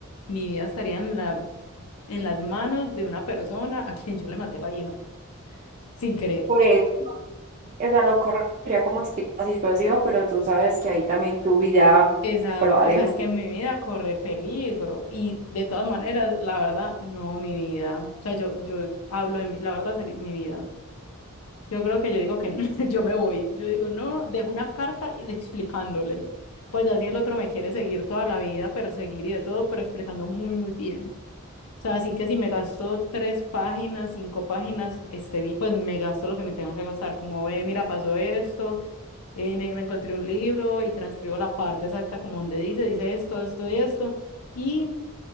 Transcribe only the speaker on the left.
mi vida estaría en la, en las manos de una persona a quien yo le maté la hija, sin querer.
Exacto,
o sea, es que mi vida corre peligro y de todas maneras, la verdad, no mi vida. O sea, yo, yo hablo de mi, la verdad, sería mi vida. Yo creo que yo digo que no, <laughs> yo me voy. Yo digo, no, dejo una carta y- explicándole. Pues ya si el otro me quiere seguir toda la vida, perseguir y de todo, pero explicando muy, muy bien. O sea, así que si me gasto tres páginas, cinco páginas, este, vi- pues me gasto lo que me tenga que gastar. Como ve, mira, pasó esto eh, me me encontré un libro y transcribo la parte exacta como donde dice, dice esto, esto y esto. Y